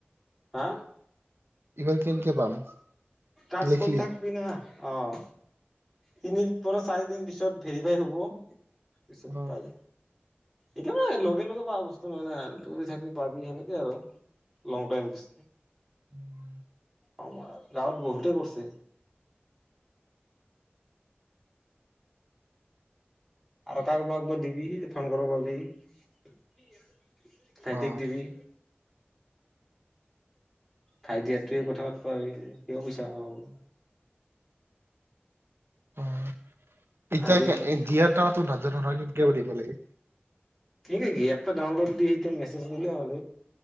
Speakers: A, in the centre; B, on the right.
A: হা
B: ইফাৰ কেনক পাম।
A: াস্
B: লিখলি
A: কৰি থাকবি না। অ' তিনৰ পৰা চাৰিদিন পিছত ভেৰিফাই হব। পিছত
B: অ
A: পালি। এতিয়া মানে লগে লগে পাৱা বস্তু নহয় না আৰু দোৰি থাকিলে পাবি সেনেকে আৰু। লং টাইমছ।
B: উম <inaudible>
A: আমাৰ গাঁৱত বহুতে কৰিছে। আৰু কাক কাকবা দিবি একদিবি ফোন কৰ পাবি। ভাইটিক
B: অ
A: দিবি। ভাইটি আৰু তয়ে কথা পাতবা পাবি হিও পইছা কামাব।
B: অ' এতিয়া
A: আজি
B: দিয়া তাওটো নাজানোঁ নহয় কেঙকেবা দিব লাগে।
A: কেঙকে কি এপটা ডাউনলোড দি সেইটো মেছেজ দিলে হল।